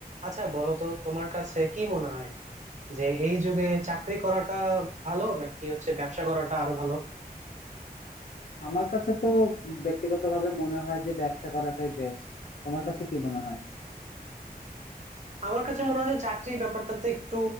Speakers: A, on the right (about 45°); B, on the left (about 60°).
A: আচ্ছা বলো তো তোমার কাছে কি মনে হয় যে এই যুগে চাকরি করাটা ভালো নাকি হচ্ছে ব্যবসা করাটা আরো ভালো
B: আমার কাছে তো ব্যক্তিগতভাবে মনে হয় যে ব্যবসা করাটাই বেস্ট তোমার কাছে কি মনে হয়
A: আমার কাছে মনে হয় যে চাকরি ব্যাপারটাতে একটু